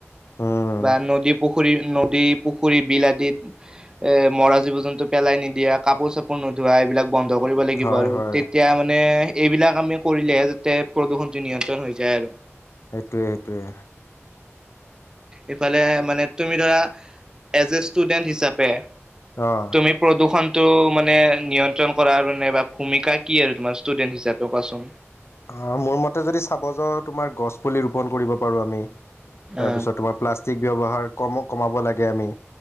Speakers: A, on the left (about 60°); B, on the right (about 15°).
A: উম
B: বা নদী পু খুৰী নদী পুখুৰী বিল আদিত এ মৰা জীৱ জন্তু পেলাই নিদিয়া কাপোৰ চাপোৰ নো ধোৱা এইবিলাক বন্ধ কৰি নিব
A: হয়
B: আৰু
A: হয়
B: তেতিয়া মানে এইবিলাক আমি কৰিলেহে যাতে প্ৰদূষণটো নিয়ন্ত্ৰণ হৈ যায় আৰু।
A: সেইটোৱে সেইটোৱে
B: ইফালে মানে তুমি, ধৰা এজ এ ষ্টুডেণ্ট হিচাপে।
A: অঁ
B: তুমি প্ৰদূষণটো মানে নিয়ন্ত্ৰণ কৰাৰ মানে বা ভূমিকা কি আৰু তোমাৰ ষ্টুডেণ্ট হিচাপে কোৱাচোন?
A: অ মোৰ মতে যদি চাব যাওঁ তোমাৰ গছ পুলি ৰোপন কৰিব পাৰো আমি। তাৰ
B: অ
A: পিছত তোমাৰ প্লাষ্টিক ব্যৱহাৰ কম কমাব লাগে আমি।